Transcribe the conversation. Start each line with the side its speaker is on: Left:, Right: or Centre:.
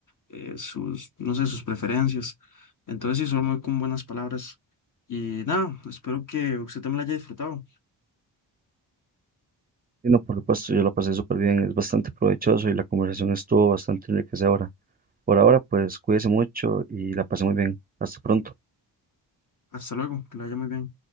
Left: eh, sus, no sé, sus preferencias. Entonces, sí, solo muy con buenas palabras. Y nada, espero que usted también la haya disfrutado.
Right: Y no, por supuesto, yo la pasé súper bien, es bastante provechoso y la conversación estuvo bastante enriquecedora. Por ahora, pues cuídese mucho y la pasé muy bien. Hasta pronto.
Left: Hasta luego, que la haya muy bien.